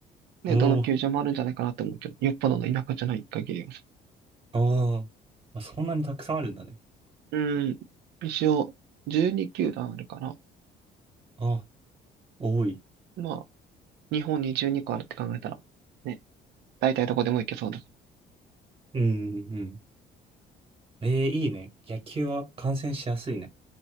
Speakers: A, on the right; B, on the right.
A: ね、
B: おー、
A: どの球場もあるんじゃないかなと思うけど、よっぽどの田舎じゃない限りはさ。
B: おー。あそんなにたくさんあるんだね。
A: うん。一応、12球団あるから、
B: あ、多い。
A: まあ、日本に12個あるって考えたら、ね、大体どこでも行けそうだ。
B: うん、うんうん。えー、いいね。野球は観戦しやすいね。